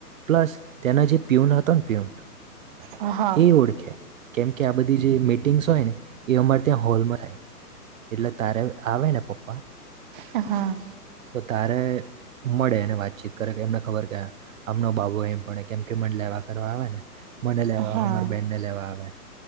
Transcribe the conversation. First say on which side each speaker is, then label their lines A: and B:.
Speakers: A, on the right (about 55°); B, on the right (about 30°).
A: પ્લસ તેના જે પીઉન હતો ને પીઉન.
B: હા હા
A: એ ઓળખ્યા કેમકે આ બધી જે મીટિંગ્સ હોય ને એ અમારે ત્યાં હોલમાં થાય. એટલે તારે આવે ને પપ્પા.
B: હા.
A: તો તારે મળે અને વાતચીત કરે એમને ખબર કે આમનો બાબુ એમ પડે કેમ કે મને લેવા કરવા આવે ને. મને
B: હા
A: લેવા આવે મારી બેનને લેવા આવે.